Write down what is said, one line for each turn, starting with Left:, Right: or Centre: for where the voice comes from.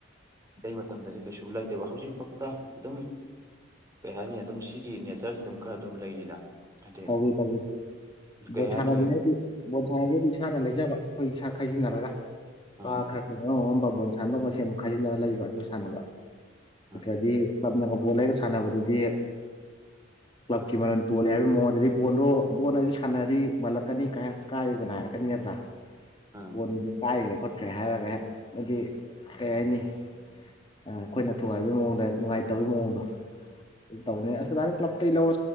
Right: ꯑꯇꯩ ꯃꯇꯝꯗꯗꯤ ꯀꯩꯁꯨ ꯂꯩꯇꯕ ꯍꯧꯖꯤꯛ ꯐꯥꯎꯗ ꯑꯗꯨꯝ ꯀꯩ ꯍꯥꯏꯅꯤ ꯑꯗꯨꯝ ꯁꯤꯒꯤ ꯅꯦꯆꯔꯁꯤ ꯑꯗꯨꯝ ꯈꯔ ꯑꯗꯨꯝ ꯂꯩꯔꯤꯗ ꯍꯥꯏꯗꯤ
Left: ꯇꯧꯏ ꯇꯧꯏ
Right: ꯀꯩ
Left: ꯣꯁꯅ
Right: ꯍꯥꯏꯅꯤ
Left: ꯍꯥꯏꯗꯤ ꯕꯣꯠ ꯊꯥꯔꯒꯗꯤ ꯏꯁꯥꯅ ꯂꯩꯖꯕ ꯑꯩꯈꯣꯏ ꯏꯁꯥ ꯈꯥꯏꯖꯤꯟꯅꯔꯒ
Right: ꯎꯝ
Left: ꯄ ꯈꯔ ꯈꯔ ꯑꯉꯝ ꯑꯉꯝꯕ ꯕꯣꯣꯟ ꯁꯥꯟꯗꯧ ꯃ ꯁꯦꯝꯦꯟ ꯈꯥꯏꯖꯤꯟꯅꯔꯒ ꯂꯩꯕ ꯑꯗꯨ ꯁꯥꯟꯅꯕ
Right: ꯎꯝ
Left: ꯏꯗꯤ ꯀ꯭ꯂꯕꯅꯒ ꯕꯣꯜ ꯂꯩꯔꯒ ꯁꯥꯟꯅꯕꯗꯨꯗꯤ ꯀ꯭ꯂꯕꯀꯤ ꯃꯔꯜ ꯇꯣꯜꯂꯦ ꯍꯥꯏꯕꯒꯤ ꯃꯑꯣ ꯑꯗꯨꯗꯒꯤ ꯕꯣꯟꯗꯣ ꯕꯣꯜ ꯑꯁꯤꯗꯤ ꯁꯥꯟꯅꯔꯗꯤ ꯃꯥꯜꯂꯛꯀꯅꯤ ꯀꯥꯏꯕꯅꯅꯥ ꯍꯥꯏꯔꯛꯀꯅꯤ ꯅꯠꯇ꯭ꯔꯥ
Right: ꯎꯝ
Left: ꯀꯣꯟꯗ ꯀꯥꯏꯈ꯭ꯔꯦ ꯈꯣꯠꯈ꯭ꯔꯦ ꯍꯥꯏꯔꯒ ꯍꯦꯛꯅꯗꯤ ꯀꯩ ꯍꯥꯏꯅꯤ ꯑꯩꯈꯣꯏꯅ ꯊꯨꯒꯥꯏꯕꯒꯤ ꯃꯑꯣꯡꯗ ꯅꯨꯡꯉꯥꯏꯇꯕꯩ ꯃꯑꯣꯡꯗꯣ ꯇꯧꯅꯦ ꯑꯗꯥꯅ ꯀ꯭ꯂꯞꯇ ꯂꯧꯔ